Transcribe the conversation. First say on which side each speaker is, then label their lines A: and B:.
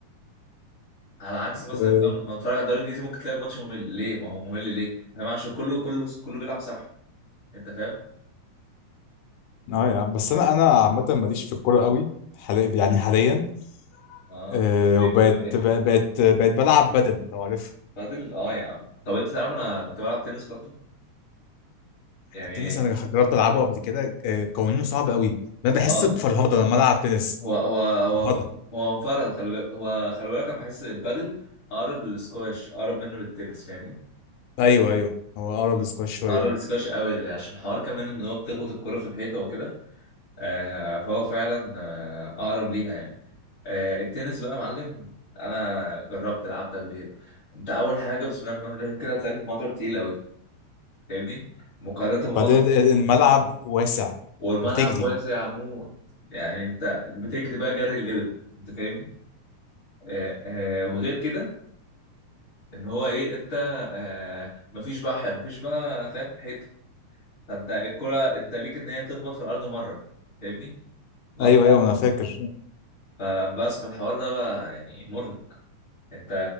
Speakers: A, on the left; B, on the left.
A: على عكس مثلا
B: اه
A: فاهم لما بتتفرج على الدوري الانجليزي ممكن تلاقي الماتش ممل ليه ما هو ممل ليه فاهم عشان كله كله كله بيلعب صح انت فاهم
B: آه يا عم بس
A: بيبي.
B: انا انا عامة ماليش في الكورة قوي حاليا يعني حاليا
A: اه
B: آه،
A: طب ايه
B: وبقت
A: بتتابع ايه
B: بقت بقت بلعب بدل لو عارف
A: بادل اه يا عم طب انت تعرف انا كنت بلعب تنس فتره يعني
B: التنس انا جربت العبه قبل كده آه، قوانينه صعب قوي انا بحس
A: اه
B: بفرهده لما العب تنس
A: هو هو هو
B: فرهده
A: ف- هو فرهد خلي بالك هو خلي بالك انا بحس البادل اقرب للسكواش اقرب منه للتنس فاهمني
B: ايوه ايوه هو اقرب لسكواش شويه
A: اقرب
B: اكتر
A: للسكواش قوي عشان حوار كمان ان هو بتخبط الكرة في الحيطة وكده آه فهو فعلا آه اقرب ليها يعني آه التنس بقى يا معلم انا جربت لعبت قبل كده انت اول حاجة بسم الله الرحمن الرحيم كده هتلاقي المضرب تقيل قوي فاهمني مقارنة بمضرب
B: بعدين ال- الملعب واسع
A: والملعب
B: بتجري
A: واسع عموما يعني انت بتجري بقى جري الابل انت فاهمني آه آه وغير كده ان هو ايه انت آه مفيش بقى ح- مفيش بقى فاهم حيطه فانت الكره انت ليك ان هي تخبط في الارض مره فاهمني نط
B: ايوه ايوه انا فاكر
A: فبس في الحوار ده بقى يعني مرهق انت